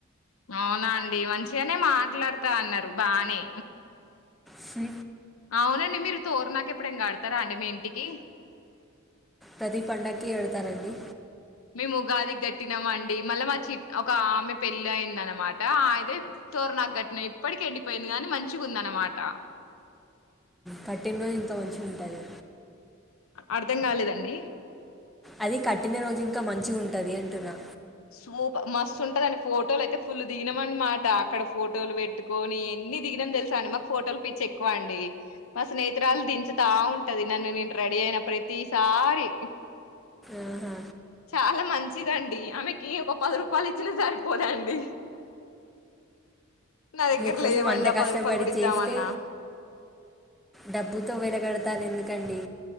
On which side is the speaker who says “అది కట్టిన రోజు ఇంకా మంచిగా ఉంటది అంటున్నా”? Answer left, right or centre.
Centre